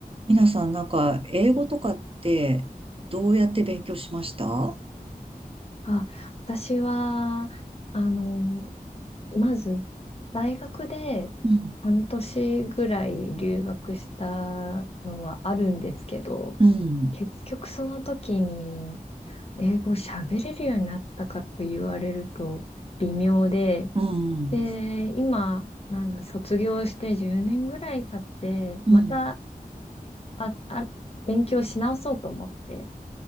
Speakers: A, on the right; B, on the left.
A: 皆さん、なんか、英語とかって、どうやって勉強しました
B: あ、私は、あの、まず、大学で半年ぐらい留学したのはあるんですけど、
A: うん、うん、
B: 結局その時に英語喋れるようになったかと言われると微妙で、
A: うん、
B: で、今、なんだ、卒業して10年ぐらい経って、
A: うん、
B: また、
A: うん、
B: あ、あ、勉強し直そうと思って